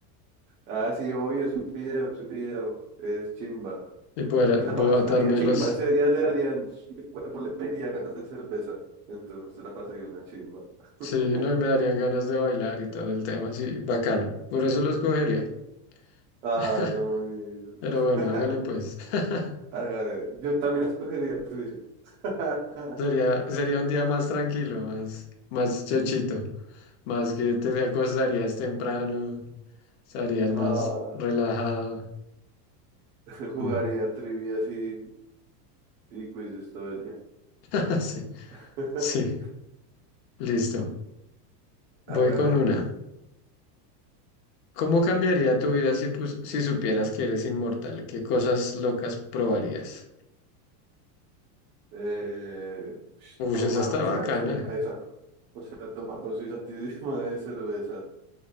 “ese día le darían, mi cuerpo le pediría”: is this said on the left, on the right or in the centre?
Right